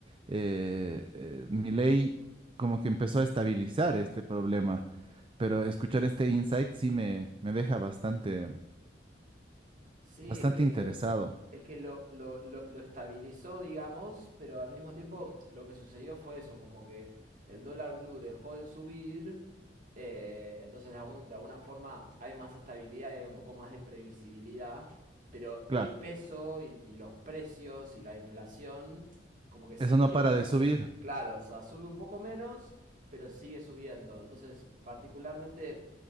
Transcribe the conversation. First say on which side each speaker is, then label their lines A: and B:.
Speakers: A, on the right; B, on the right.
A: eh, eh, Milei como que empezó a estabilizar este problema, pero escuchar este insight sí me, me deja bastante,
B: Sí,
A: bastante
B: es que,
A: interesado.
B: es que lo, lo, lo, lo estabilizó, digamos, pero al mismo tiempo lo que sucedió fue eso, como que el dólar blue dejó de subir, eh, entonces de, algún- de alguna forma hay más estabilidad y hay un poco más de previsibilidad, pero
A: Claro,
B: el peso y, y los precios y la inflación como que siguió,
A: eso no para de subir.
B: claro, o sea, sube un poco menos, pero sigue subiendo. Entonces, particularmente...